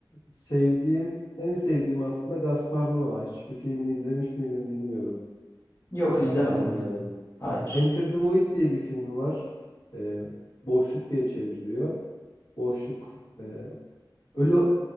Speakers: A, on the left; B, on the left.
A: sevdiğim, en sevdiğim aslında Gaspar Noé. Hiçbir filmini izlemiş miydim bilmiyorum.
B: Yok
A: Gaspar
B: izlemedim
A: Noé'nin.
B: ya. Hayır.
A: Enter the Void diye bir filmi var. Ee, Boşluk diye çevriliyor. Boşluk. e, ölü